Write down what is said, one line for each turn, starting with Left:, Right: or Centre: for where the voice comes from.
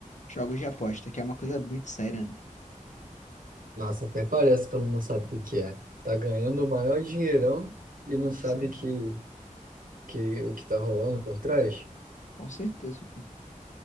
Left: jogos de aposta, que é uma coisa muito séria, né?
Right: Nossa, até parece que ela não sabe o que que é. Tá ganhando o maior dinheirão e não
Left: Com
Right: sabe
Left: certeza.
Right: que, que, o que tá rolando por trás.
Left: Com certeza, cara.